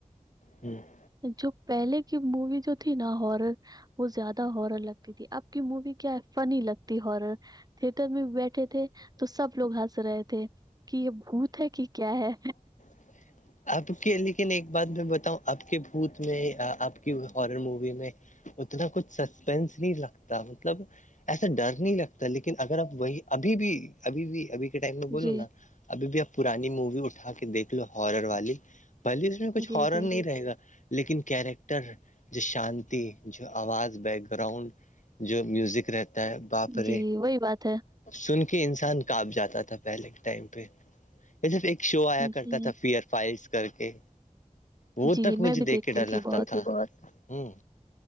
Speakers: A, on the left; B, on the right.
A: ہ <unintelligible>
B: جو پہلے کی مووی جو تھی نا ہارر وہ زیادہ ہارل لگتی تھی آپ کی مووی کیا ہے فنی لگتی ہر تھیٹر میں بیٹھے تھے تو سب لوگ ہنس رہے تھے کہ یہ پھوت ہے کہ کیا ہے
A: ج <unintelligible> آپ کے لیکن ایک بات میں بتاؤں آپ کے بھوت میں آپ کی ہارر مووی میں اتنا کچھ سسپینس نہیں لگتا مطلب ایا ڈر نہیں لگتا لیکن اگر آپ وہی ابھی بھی ابھی بھی ابھی کے ٹائم میں بولو
B: جی
A: نا ابھی بھی اب پرانی مووی اٹھا کے دیکھ لو ہارر والی بھلی اس میں کچھ
B: جی
A: ہارن
B: جی
A: نہیں رہے گا لیکن کیریکٹر جو شانتی جو آواز بیک گراؤنڈ جو میوزک رہتا ہے باپ رے
B: جی وہی بات ہے
A: سن کے انسان کاانپ جاتا تھا پہلے کے ٹائم پہ صرف ایک شو آیا کرتا
B: جی
A: تھا فیئر فائلس کر کے وہ
B: جی
A: تک
B: میں
A: مجھے
B: بھی
A: دیکھ
B: دیکھتی
A: کے ڈر
B: تھی
A: لگتا
B: بہت
A: تھا ہوں